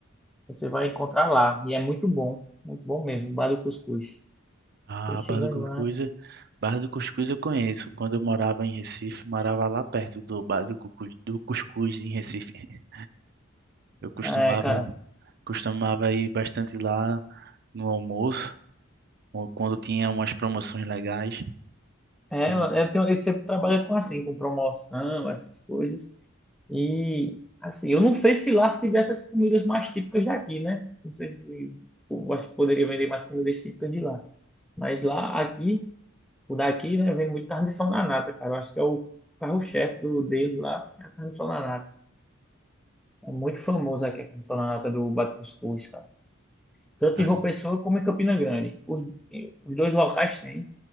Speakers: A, in the centre; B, on the right.
A: você vai encontrar lá. E é muito bom, muito bom mesmo, o bar do cuscuz.
B: Ah,
A: Você chegando
B: Barra do Cuscuz,
A: lá.
B: é- Barra do Cuscuz eu conheço. Quando eu morava em Recife, morava lá perto do Barra do Cucu- do Cuscuz, em Recife. <laughs> Eu costumava,
A: É, é cara.
B: costumava ir bastante lá no almoço, ou quando tinha umas promoções legais,
A: É,
B: como
A: eu eu tenho, você trabalha com assim, com promoção, essas coisas. E assim, eu não sei se lá se vê essas comidas mais típicas daqui, né? Não sei se eu acho que poderia vender mais comidas típicas de lá. Mas lá, aqui, o daqui, né, vende muito carne de sol na nata, cara. Eu acho que é o carro-chefe do dele lá, é a carne de sol na nata. É muito famoso aqui a carne de sol na nata do Bate Cuscuz, cara. Tanto
B: as-
A: em João Pessoa como em Campina Grande. Os, os dois locais têm.